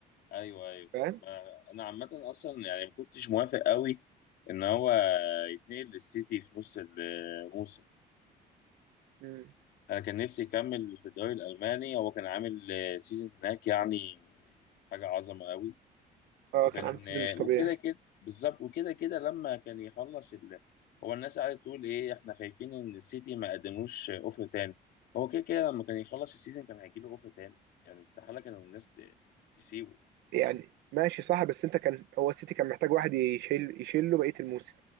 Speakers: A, on the left; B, on the right.
A: ايوه ايوه
B: فاهم
A: ما- انا عامة اصلا يعني ما كنتش موافق قوي ان هو يتنقل للسيتي في نص الموسم
B: مم.
A: انا كان نفسي يكمل في الدوري الالماني هو كان عامل آه، سيزون هناك يعني حاجه عظمه قوي
B: اه
A: وكان
B: كان عامل سيزون
A: آه،
B: مش طبيعي
A: وكده كده بالظبط وكده كده لما كان يخلص ال... هو الناس قاعده تقول ايه احنا خايفين ان السيتي ما قدموش اوفر تاني هو كده كده لما كان يخلص السيزون كان هيجي له اوفر تاني يعني استحاله كانوا الناس ت... تسيبه
B: يعني ماشي صح بس انت كان هو السيتي كان محتاج واحد يشيل يشيله بقيه الموسم